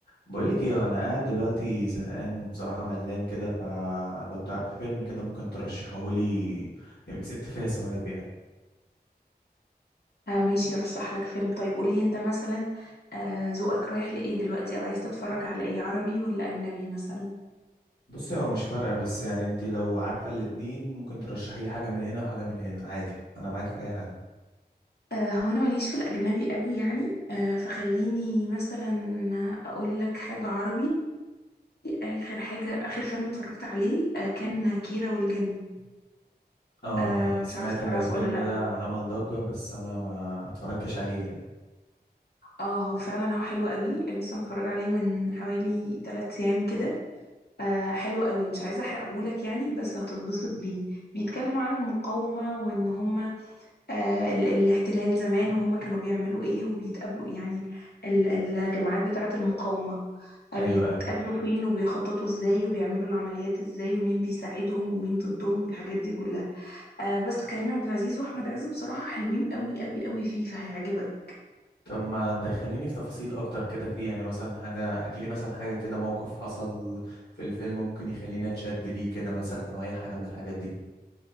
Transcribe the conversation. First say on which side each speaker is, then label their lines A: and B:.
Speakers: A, on the left (about 85°); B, on the left (about 70°).
A: بقولك ايه انا قاعد دلوقتي زهقان وبصراحة ملان كده فلو تعرف فيلم كده ممكن ترشحهولي يبقى كسبت فيها ثواب يعني
B: آه ماشي رشح لك فيلم طيب قول لي انت مثلا آه ذوقك رايح لايه دلوقتي او عايز تتفرج على ايه عربي ولا اجنبي مثلا
A: بصي هو مش فارقة بس يعني انت لو عارفة الاتنين ممكن ترشحي لي حاجة من هنا وحاجة من هنا عادي انا معاك في اي حاجة
B: آه هو انا ماليش في الاجنبي قوي يعني آه فخليني مثلا اقول لك حاجة عربي اخر حاجة اخر فيلم اتفرجت عليه آه كان كيرة والجن
A: اه
B: آه
A: انا
B: مش
A: سمعت
B: عارف تعرفه
A: ان الفيلم
B: ولا لا
A: ده عمل ضجة بس انا ما اتفرجتش عليه يعني.
B: اه هو فعلا هو حلو قوي لسه متفرج عليه من حوالي 3 ايام كده آه حلو قوي مش عايزه احرقهولك يعني بس هتتبسط بيه بيتكلم عن المقاومه وان هم آه، ال- الاحتلال زمان وهما كانوا بيعملوا ايه وبيتقابلوا يعني ال- الجماعات بتاعة المقاومة آه،
A: ايوه
B: بيتقابلوا
A: ايوه
B: فين وبيخططوا ازاي وبيعملوا العمليات ازاي ومين بيساعدهم ومين ضدهم والحاجات دي كلها آه بس كريم عبد العزيز واحمد عز بصراحة حلوين قوي قوي قوي فيه فهيعجبك
A: طب ما تدخليني في تفاصيل اكتر كده فيه يعني مثلا حاجة احكي لي مثلا حاجة كده موقف حصل في الفيلم ممكن يخليني اتشد ليه كده مثلا او اي حاجة من الحاجات دي